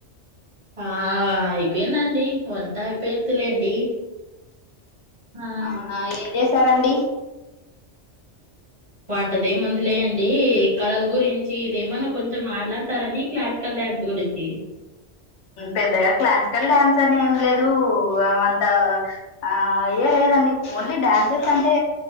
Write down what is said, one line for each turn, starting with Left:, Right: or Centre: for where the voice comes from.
Right: ఆ అయిపోయిందండి వంట అయిపోయిందిలేండి ఆ
Left: అవునా ఏం చేసారండి
Right: వంటదే ముందులే అండి కళలు గురించి ఇదేమన్నా కొంచెం మాట్లాడతారని క్లాసికల్ డ్యాన్స్ గురించి
Left: పెద్దగా క్లాసికల్ డ్యాన్స్ అని ఏం లేదు అంత ఆ ఏ లేదండి ఓన్లీ డ్యాన్సెస్ అంటే